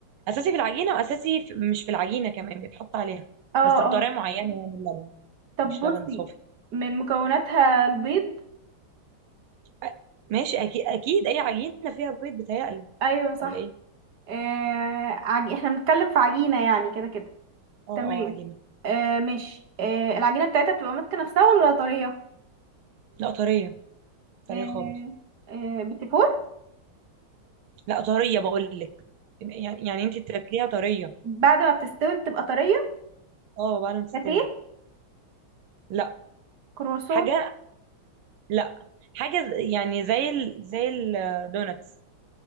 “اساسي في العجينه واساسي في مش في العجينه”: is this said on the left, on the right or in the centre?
Right